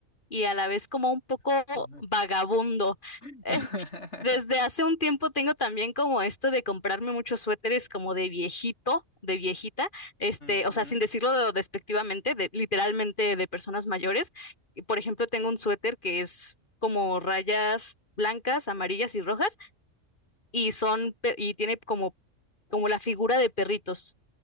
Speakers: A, on the left; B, on the left.
A: y a la vez como un poco
B: <laughs> Ujú.
A: vagabundo.
B: <laughs>
A: Eh, desde hace un tiempo tengo también como esto de comprarme muchos suéteres como de viejito, de viejita, este,
B: Ujú.
A: o sea, sin decirlo despectivamente, de, literalmente de personas mayores. Y, Por ejemplo, tengo un suéter que es como rayas blancas, amarillas y rojas y son pe- y tiene como como la figura de perritos